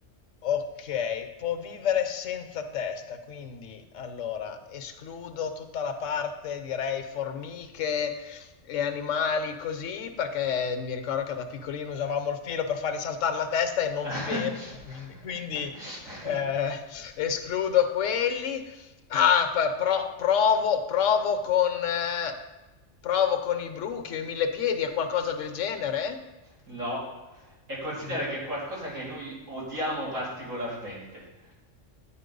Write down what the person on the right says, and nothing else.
<laughs>
No, e considera
che è qualcosa che noi odiamo particolarmente.